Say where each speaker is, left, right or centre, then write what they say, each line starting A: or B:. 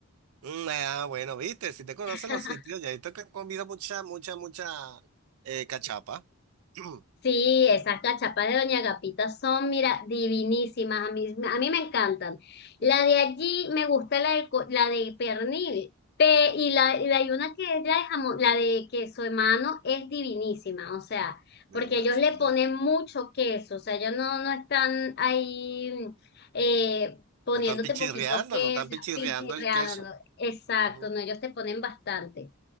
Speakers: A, on the right; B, on the left.
A: Mm, ah, bueno, viste, si te conoces
B: <laughs>
A: los sitios, ya visto que has comido mucha, mucha, mucha eh, cachapa. <clears throat>
B: Sí, esas cachapas de Doña Agapita son, mira, divinísimas. A mí, a mí me encantan. La de allí me gusta la de, co- la de pernil. Pe- y la, y la- hay una que es la de jamón, la de queso de mano es divinísima. O sea, porque
A: Demasiado.
B: ellos le ponen mucho queso. O sea, ellos no, no están ahí eh, poniéndote
A: No están pichirreando,
B: poquito queso,
A: no están pichirreando
B: pichirreando.
A: el queso.
B: Exacto,
A: Ujú.
B: no, ellos te ponen bastante.